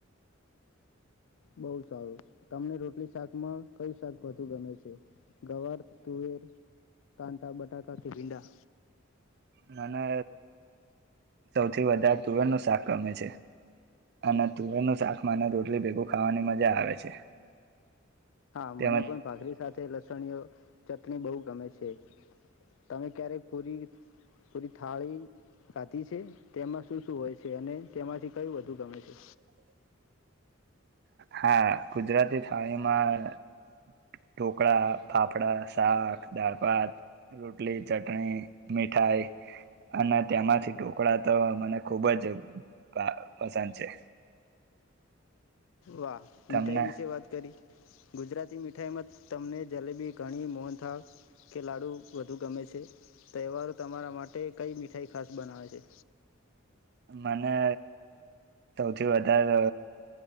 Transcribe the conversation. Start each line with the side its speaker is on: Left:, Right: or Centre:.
Left: બહુ સારું તમને રોટલી શાકમાં કયું શાક વધુ ગમે છે? ગવાર તુવેર કાંદા બટાકા કે ભિંડા.
Right: મને સૌથી વધારે તુરણનું શાક ગમે છે અને તુરરણનું શાક મને રોટલી ભેગું ખાવાની મજા આવે છે.
Left: હા
Right: તેમજ
Left: મને પણ ભાખરી સાથે લસણીઓ ચટણી બહુ ગમે છે તમે ક્યારેક પૂરી પૂરી થાળી ખાધી છે તેમાં શું શું હોય છે અને તેમાંથી કયું બધુ ગમે છે.
Right: હા ગુજરાતી થાળીમાં ઢોકળા પાાપડા સાક. દળપાત રોટલી ચટણી મીઠાઈ અને તેમાંથી ટઢોકળા તો મને ખૂબ જ પસંદ છે.
Left: વાહ
Right: તમને
Left: મીઠાઈ વિશે વાત કરી. ગુજરાતી મીઠાઈમાં તમને જલેબી ઘણી મોહનથાળ કે લાડુ વધુ ગમે છે તહેવારો તમારા માટે કઈ મીઠાઈ ખાસ બનાવે છે.
Right: મને સૌથી વધારે